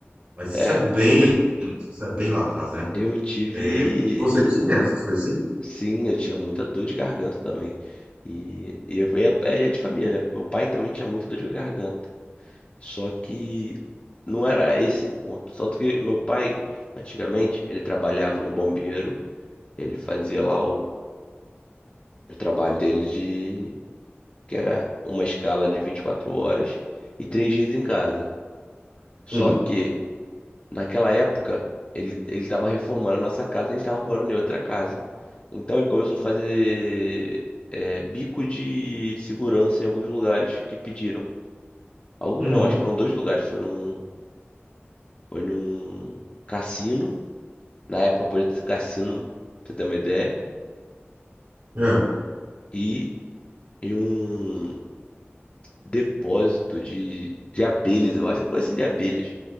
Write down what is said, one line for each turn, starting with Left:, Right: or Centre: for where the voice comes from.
Right: Mas isso
Left: É,
Right: é bem, isso é bem lá atrás, né?
Left: eu tive,
Right: É, você tinha essas coisas assim?
Left: sim, eu tinha muita dor de garganta também. E, e eu- e é, é de família, né? Meu pai também tinha muita dor de garganta. Só que não era esse ponto. Tanto que meu pai, antigamente, ele trabalhava no bombeiro. Ele fazia lá o trabalho dele de que era uma escala de 24 horas e três dias em casa. Só
Right: Hum.
Left: que naquela época ele ele estava reformando a nossa casa e a gente estava morando em outra casa. Então ele começou a fazer é, bico de segurança em alguns lugares que pediram. Alguns
Right: Uhum.
Left: não, acho que foram dois lugares. Foi num foi num cassino. Na época podia ter cassino, pra você ter uma ideia.
Right: É,
Left: E em um depósito de, de abelhas, eu acho, uma coisa assim de abelhas.